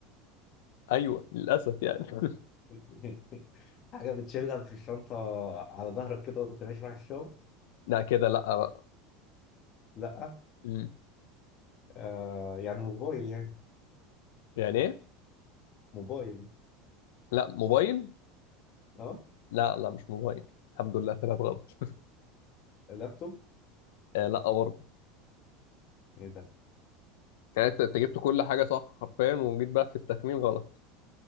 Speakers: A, on the left; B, on the left.
A: أيوه للأسف يعني <laughs>
B: <laughs> حاجة بتشيلها في الشنطة على ظهرك كده وانت ماشي رايح الشغل
A: لا كده لا بقى
B: لا
A: مم.
B: آه يعني موبايل يعني
A: يعني إيه
B: موبايل
A: لا موبايل
B: اه
A: لا لا مش موبايل الحمد لله طلعت غلط
B: لابتوب
A: آه لا برضه
B: ايه ده
A: يعني انت أنت جبت كل حاجه صح حرفيا وجيت بقى في التخمين غلط